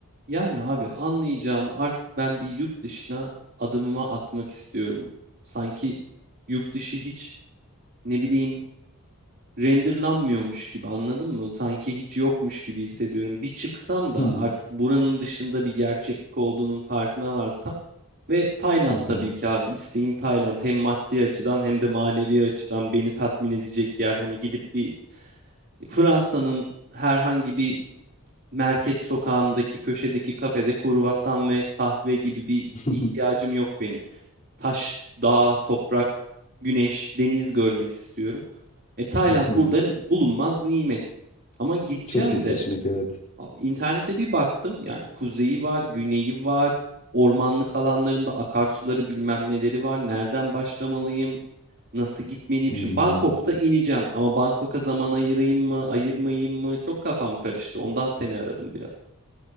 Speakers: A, on the right (about 45°); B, on the left (about 35°).
A: Yani abi anlayacağın artık ben bir yurt dışına adımımı atmak istiyorum. Sanki yurt dışı hiç ne bileyim renderlanmıyormuş gibi anladın mı? Sanki hiç yokmuş gibi hissediyorum. Bir çıksam da
B: Hımm.
A: artık buranın dışında bir gerçeklik olduğunun farkına varsam ve Tayland
B: Hı hı.
A: tabii ki abi isteğim Tayland hem maddi açıdan hem de manevi açıdan beni tatmin edecek yer. Hani gidip bir Fransa'nın herhangi bir merkez sokağındaki köşedeki kafede kruvasan ve kahve gibi bir
B: <laughs>
A: ihtiyacım yok benim. Taş, dağ, toprak, güneş, deniz görmek istiyorum. E Tayland
B: Hı hı.
A: burada bulunmaz nimet. Ama gideceğim
B: Çok iyi seçenek,
A: de
B: evet.
A: abi, internete bir baktım. Yani kuzeyi var, güneyi var. Ormanlık alanlarında akarsuları bilmem neleri var. Nereden başlamalıyım? Nasıl gitmeliyim?
B: Hımm.
A: Şimdi Bangkok'ta ineceğim ama Bangkok'a zaman ayırayım mı, ayırmayayım mı? Çok kafam karıştı. Ondan seni aradım biraz.